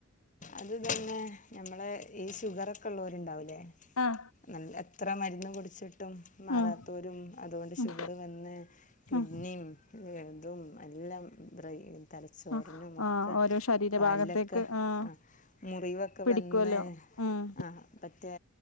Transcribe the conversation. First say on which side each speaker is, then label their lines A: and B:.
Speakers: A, on the left; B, on the left.
A: അത് തന്നെ നമ്മൾ ഈ ഷുഗറൊക്കെ ഉള്ളോല്ണ്ടാവുല്ലേ
B: ആഹ്
A: ന്നല്ലത് ത്ര മര്ന്നും കുട്ച്ചിട് ഒട്ടും മാറാത്തോരും
B: ഉം
A: അതോണ്ട്
B: ഉം
A: ഷുഗർ വന്ന് കിഡ്നിം
B: ഉം
A: <unintelligible> വെൽതും എല്ലം ബ്രെയ് തലച്ചോറിനും
B: ആഹ്
A: മൊക്കെ
B: ആഹ് ഓരോ ശരീരഭാഗത്തേക്ക്
A: കാൽനൊക്കെ
B: ആഹ്
A: അഹ്മുറിവൊക്കെ
B: പിടിക്കുവല്ലോ
A: വന്ന്
B: ഉം
A: ആ പറ്റേ